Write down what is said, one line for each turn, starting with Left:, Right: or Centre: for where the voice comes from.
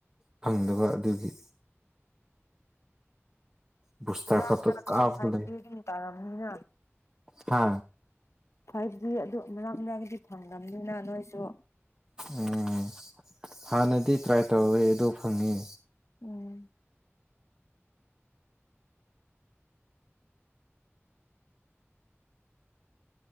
Right: ꯐꯪꯗꯕ ꯑꯗꯨꯒꯤ <inaudible> ꯕꯨꯁꯇꯔ
Left: ꯂꯥꯛ
Right: ꯈꯛꯇ
Left: ꯑꯗꯨ
Right: ꯀꯥꯞꯄꯒ
Left: ꯐꯥꯏꯚꯖꯤ
Right: ꯂꯩ
Left: ꯗꯨꯝ ꯇꯥꯔꯝꯅꯤꯅ
Right: ꯍꯥ
Left: ꯐꯥꯏꯚꯖꯤ ꯑꯗꯨ ꯃꯅꯥꯛ ꯅꯛꯂꯗꯤ ꯐꯪꯉꯝꯅꯤꯅ ꯅꯣꯏꯁꯨ
Right: ꯎꯝ ꯍꯥꯟꯅꯗꯤ ꯇ꯭ꯔꯥꯏ ꯇꯧꯑꯦ ꯑꯗꯨ ꯐꯪꯉꯤ
Left: ꯎꯝ